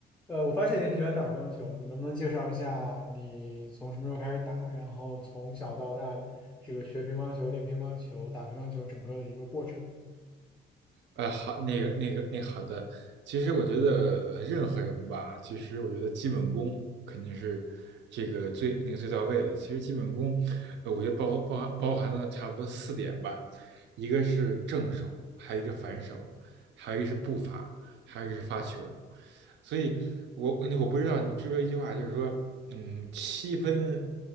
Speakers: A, in the centre; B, on the right.
A: 呃，我发现你很喜欢打乒乓球，你能不能介绍一下你从什么时候开始打，然后从小到大这个学乒乓球、练乒乓球、打乒乓球整个的一个过程？
B: 呃，好，那个那个那好的，其实我觉得呃任何人吧，其实我觉得基本功肯定是这个最那个最到位的。其实基本功，呃，我觉得包包含包含了差不多四点吧，一个是正手，还有一个反手，还有一个是步伐，还有一个是发球。所以我那我不知道你知不知道一句话，就是说，嗯，七分，